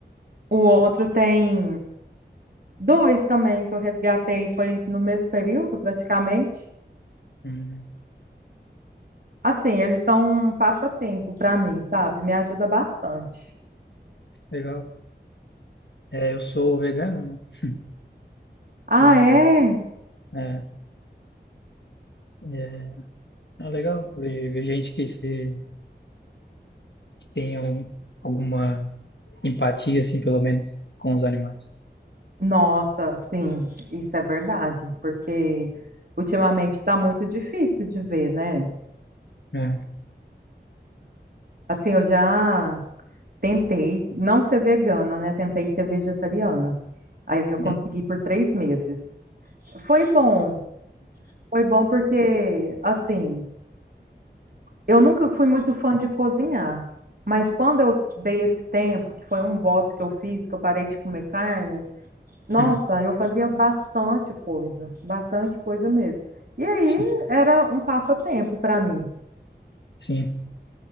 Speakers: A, on the right; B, on the left.
A: O outro tem dois também que eu resgatei, foi no mesmo período, praticamente.
B: Hum,
A: Assim, eles são um passatempo para mim, sabe? Me ajuda bastante.
B: legal. É, eu sou vegano, né? <laughs>
A: Ah,
B: E
A: é?
B: é, é, é legal ver, ver gente que, se, que tenha um- alguma empatia, assim, pelo menos, com os animais.
A: Nossa, sim, isso é verdade, porque ultimamente está muito difícil de ver, né?
B: É.
A: Assim, eu já tentei não ser vegana, né? Tentei ser vegetariana. Aí eu consegui
B: Hum,
A: por três meses. Foi bom, foi bom porque, assim, eu nunca fui muito fã de cozinhar, mas quando eu dei esse tempo, que foi um voto que eu fiz, que eu parei de comer carne. Nossa,
B: hum,
A: eu fazia bastante coisa, bastante coisa mesmo. E aí
B: sim,
A: era um passatempo para mim.
B: sim.